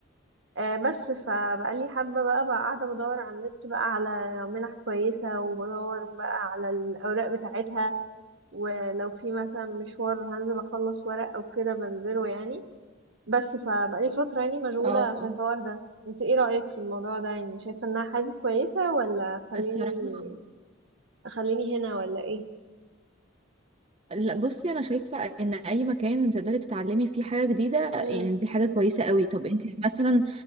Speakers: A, on the right; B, on the right.
A: آه بس فبقالي حابة بقى بقى قاعدة بدور على النت بقى على منح كويسة وبدور بقى على الاوراق بتاعتها ولو في مثلا مشوار هنزل اخلص ورق او كده بنزله يعني بس فبقالي فترة يعني مشغولة
B: اه
A: في
B: اه
A: الحوار ده انت ايه رأيك في الموضوع ده يعني شايفة انها حاجة كويسة ولا خليني
B: الصراحة
A: خليني هنا ولا ايه
B: لا بصي انا شايفة ان اي مكان تقدري تتعلمي فيه حاجة جديدة
A: امم
B: يعني دي حاجة كويسة قوي طب انتي مثلا